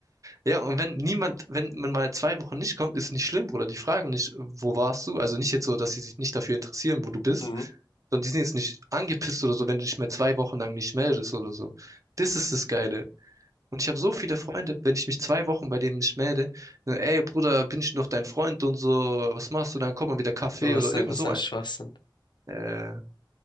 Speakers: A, on the right; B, on the left.
A: Ja, und wenn niemand, wenn man mal zwei Wochen nicht kommt, ist nicht schlimm, Bruder. Die fragen nicht, wo warst du? Also nicht jetzt so, dass sie sich nicht dafür interessieren, wo du bist,
B: mhm.
A: sondern die sind jetzt nicht angepisst oder so, wenn du dich mal zwei Wochen lang nicht meldest oder so. Das ist das Geile. Und ich habe so viele Freunde, wenn ich mich zwei Wochen bei denen nicht melde, dann, ey Bruder, bin ich noch dein Freund und so, was machst du? Dann kommt man wieder Kaffee
B: Was,
A: oder irgend
B: ein- was
A: so
B: ein
A: ein.
B: Schwachsinn.
A: Äh,